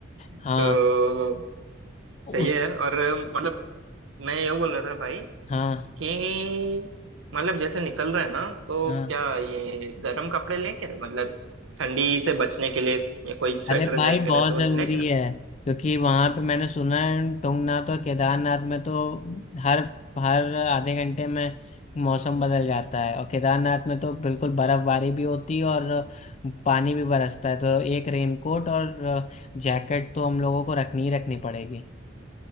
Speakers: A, on the right; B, on the left.
A: तो
B: हाँ
A: सही
B: उस
A: है यार और मतलब मैं ये बोल रहा था भाई
B: हाँ
A: कि मतलब जैसे निकल रहे हैं ना तो
B: हाँ
A: क्या ये गर्म कपड़े लें क्या मतलब ठंडी से बचने के लिए ये कोई स्वेटर
B: अरे भाई
A: जैकेट
B: बहुत
A: ऐसा कुछ
B: जरूरी
A: ले क्या
B: है क्योंकि वहां पे मैंने सुना है तुंगनाथ और केदारनाथ में तो हर हर आधे घंटे में मौसम बदल जाता है और केदारनाथ में तो बिल्कुल बर्फबारी भी होती है और पानी भी बरसता है तो एक रेनकोट और जैकेट तो हम लोगों को रखनी ही रखनी पड़ेगी